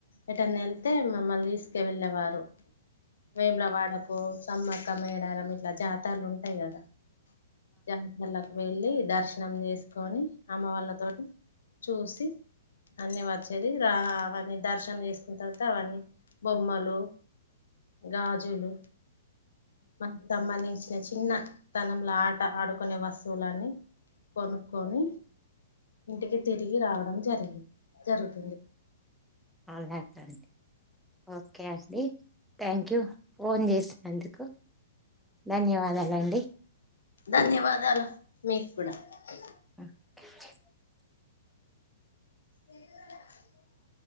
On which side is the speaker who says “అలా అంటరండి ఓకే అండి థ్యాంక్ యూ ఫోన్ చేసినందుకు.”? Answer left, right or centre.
Centre